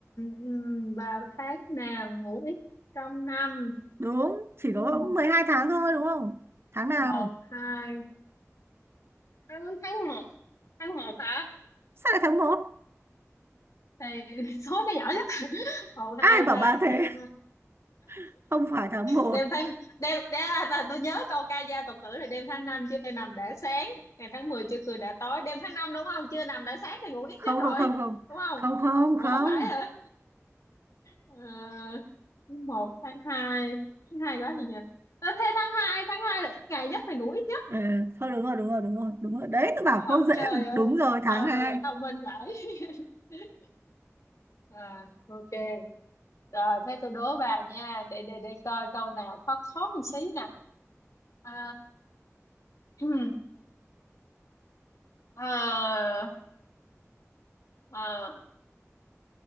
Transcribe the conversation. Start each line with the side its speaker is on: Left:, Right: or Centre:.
Left: ừ, vào tháng nào ngủ ít nhất trong năm
Right: đúng chỉ
Left: tháng
Right: có
Left: một
Right: 12 tháng
Left: tháng
Right: thôi đúng không tháng nào
Left: một hai tháng tháng một tháng một hả
Right: sao lại tháng một
Left: thì <laughs> số nó giỏi nhất một
Right: ai
Left: hai
Right: bảo
Left: ba
Right: bà thế
Left: ăn năm.
Right: <laughs> không phải tháng một
Left: đêm tháng đêm đêm à, là tôi nhớ câu ca dao tục tử là đêm tháng năm chưa nằm đã sáng ngày tháng 10 chưa cười đã tối đêm tháng năm đúng không chưa nằm đã sáng thì ngủ ít
Right: không
Left: nhất rồi
Right: không không không
Left: đúng không
Right: không không
Left: ủa
Right: không
Left: không phải hả Ờ, một tháng hai tháng hai đó gì nhỉ Ờ, thế tháng hai tháng hai là ít ngày nhất thì ngủ ít nhất
Right: ừ, thôi đúng rồi đúng rồi đúng rồi đúng rồi đấy tôi bảo
Left: đúng
Right: cô
Left: không
Right: dễ
Left: trời
Right: mà.
Left: ơi
Right: đúng rồi tháng
Left: Ờ,
Right: hai
Left: thông minh vậy <laughs> à ok rồi thế tôi đố bà nha để để để coi câu nào khó khó một xí nào à, <clears throat> à, à,